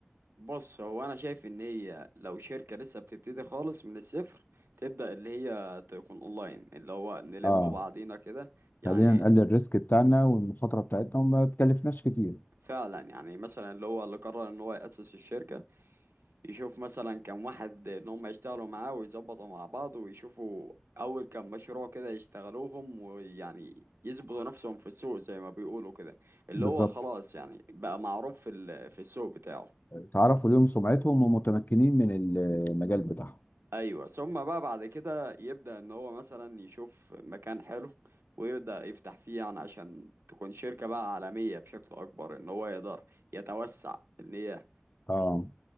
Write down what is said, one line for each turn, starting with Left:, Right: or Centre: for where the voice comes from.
Right: بص هو انا شايف ان هي لو شركه لسه بتبتدي خالص من الصفر تبدا اللي هي تكون اونلاين اللي هو نلم
Left: اه
Right: بعضينا كده يعني
Left: خلينا نقلل الريسك بتاعنا والمخاطرة بتاعتنا وما تكلفناش كتير
Right: فعلا يعني مثلا اللي هو اللي قرر ان هو ياسس الشركه يشوف مثلا كم واحد ان هم يشتغلوا معاه ويظبطوا مع بعض ويشوفوا اول كم مشروع كده يشتغلوهم ويعني يثبتوا نفسهم في السوق زي ما بيقولوا كده اللي
Left: بالظبط
Right: هو خلاص يعني بقى معروف في ال- في السوق بتاعه
Left: تعرفوا ليهم سمعتهم ومتمكنين من المجال بتاعهم
Right: ايوه ثم بقى بعد كده يبدأ ان هو مثلا يشوف مكان حلو ويبدأ يفتح فيه يعني عشان تكون شركة بقى عالمية بشكل اكبر ان هو يقدر يتوسع ان هي
Left: اه